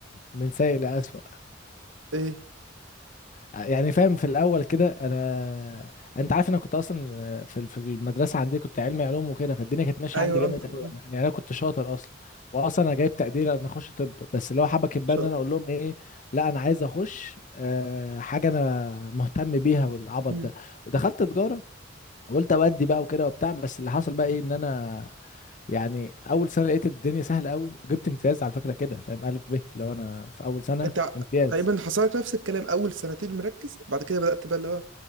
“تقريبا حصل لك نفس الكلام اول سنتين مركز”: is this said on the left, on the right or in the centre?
Right